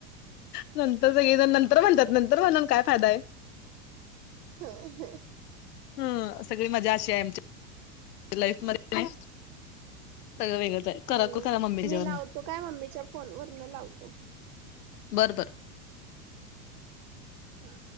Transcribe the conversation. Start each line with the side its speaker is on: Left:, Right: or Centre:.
Left: नंतर सगळे तर नंतर म्हणतात. नंतर म्हणून काय फायदा आहे.
Right: ह ह
Left: हम सगळी मजा अशी आहे आमच्या लाईफ मध्ये. सगळं वेगळंच आहे करा
Right: हम्म
Left: करा मम्मी ह्याच्यावरन
Right: मी लावतो. काय मम्मीच्या फोन वरन लावतो.
Left: बरं बर
Right: हा.